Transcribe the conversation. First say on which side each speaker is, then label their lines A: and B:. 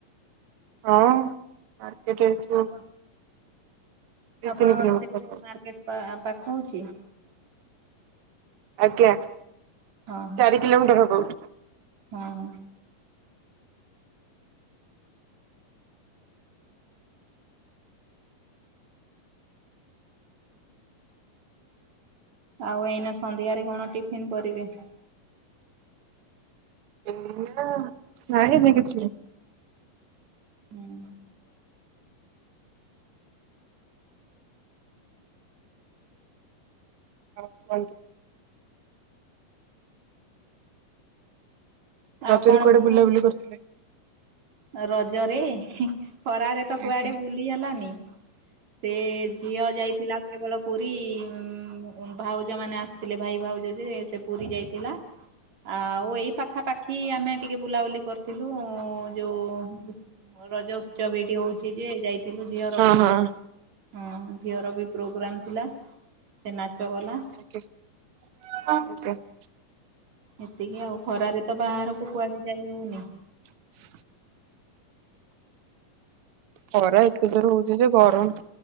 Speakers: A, on the right; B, on the right.
A: ହଁ ମାର୍କେଟ
B: ଆପଣ
A: ଦି
B: ଆପଣଙ୍କର
A: ତିନି କିଲୋମିଟର
B: ସେଠୁ
A: ହବ।
B: ମାର୍କେଟ ପାଖ ହଉଚି।
A: ଆଜ୍ଞା
B: ହଁ ହଁ
A: ଚାରି କିଲୋମିଟର୍ ହବ ଏଇଠୁ।
B: ହଁ। ଆଉ ଏଇନା ସନ୍ଧ୍ୟାରେ କଣ ଟିଫନ୍ କରିବେ?
A: <unintelligible>
B: ହୁଁ।
A: ଆଉ କୁହନ୍ତୁ?
B: ଆଉ
A: ରଜରେ
B: କଣ
A: କୁଆଡ଼େ
B: କୁହନ୍ତୁ
A: ବୁଲାବୁଲି କରିଥିଲେ?
B: ରଜରେ ଖରାରେତ କୁଆଡ଼େ
A: ଆଜ୍ଞା।
B: ବୁଲି ହେଲାନି ସେ ଝିଅ ଯାଇଥିଲା କେବଳ ପୁରୀ ଉମ୍ ଭାଉଜ ମାନେ ଆସିଥିଲେ ଭାଇ ଭାଉଜ ଯେ ସେପୁରୀ ଯାଇଥିଲା। ଆଉ ଏଇ ପାଖା ପାାଖି ଆମେ ଟିକେ ବୁଲାବୁଲି କରିଥିଲୁ ଯୋଉ ରଜ ଉତ୍ସବ ଏଇଠି ହଉଚିଯେ ଯାଇଥିଲୁ ଝିଅର
A: ହଁ
B: ପ୍ରୋଗ୍ରାମ
A: ହଁ
B: ହଁ ଝିଅରବି ପ୍ରୋଗ୍ରାମ ଥିଲା ସେନାଚ କଲା
A: <unintelligible>
B: ଏତିକି ଆଉ ଖରାରେତ ବାହାରକୁ କୁଆଡ଼େ ଯାଇ ହଉନି
A: <inaudible> ଖରା ଏତେ ଜୋରେ ହଉଚିଯେ ଗରମ୍